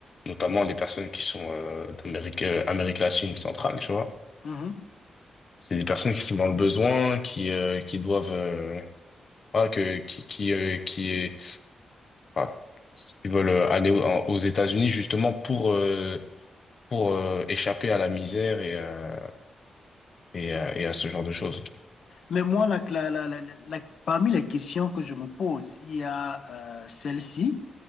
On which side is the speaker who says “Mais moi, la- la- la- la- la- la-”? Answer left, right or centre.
Left